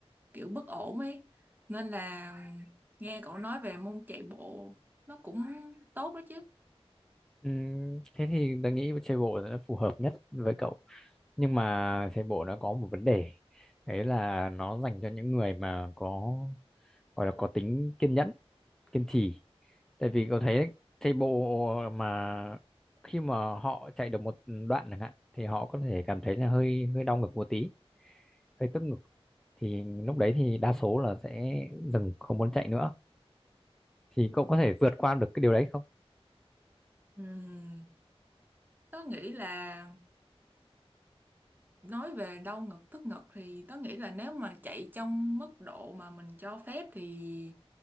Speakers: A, on the right; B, in the centre.
A: kiểu bất ổn ấy nên là nghe cậu nói về môn chạy bộ nó cũng tốt đó chứ
B: Ừm, thế thì tôi nghĩ chạy bộ là phù hợp nhất với cậu nhưng mà chạy bộ nó có một vấn đề đấy là nó dành cho những người mà có gọi là có tính kiên nhẫn kiên trì tại vì cậu thấy đấy, chạy bộ mà khi mà họ chạy được một đoạn chẳng hạn thì họ có thể cảm thấy là hơi hơi đau ngực một tí hơi tức ngực thì lúc đấy thì đa số là sẽ dừng không muốn chạy nữa thì cậu có thể vượt qua được cái điều đấy không
A: Ừm, tớ nghĩ là nói về đau ngực tức ngực thì tớ nghĩ là nếu mà chạy trong mức độ mà mình cho phép thì